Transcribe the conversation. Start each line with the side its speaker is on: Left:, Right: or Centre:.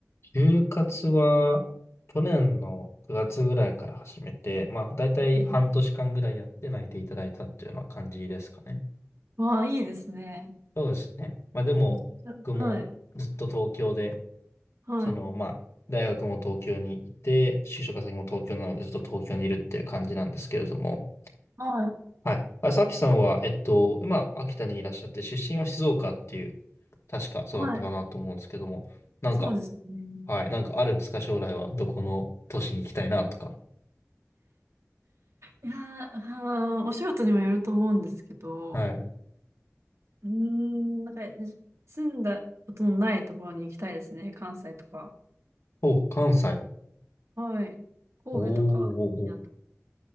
Left: 就活は、去年の9月ぐらいから始めて、まあ、だいたい半年間ぐらいやって内定いただいたっていうような感じですかね。
Right: うんわあ、いいですね。
Left: そうですね。まあ、でも、
Right: めっちゃはい、
Left: 僕もずっと東京で
Right: はい、
Left: その、まあ、大学も東京にいて、就職先も東京なのでずっと東京にいるっていう感じなんですけれども、
Right: はい、
Left: はい。あ、さきさんは、えっと、今、秋田にいらっしゃって、出身は静岡っていう、確かそうだったかなと思うんですけども、
Right: はい。
Left: なんか、
Right: そうですね。
Left: はい、なんかあるんですか、将来は、どこの都市に行きたいなとか。
Right: いやー、はーお仕事にもよると思うんですけど、
Left: はい。
Right: うーん、なんか、住んだことのないところに行きたいですね。関西とか。
Left: お、関西。
Right: はい。神戸とか、
Left: おーおーお
Right: いいなと。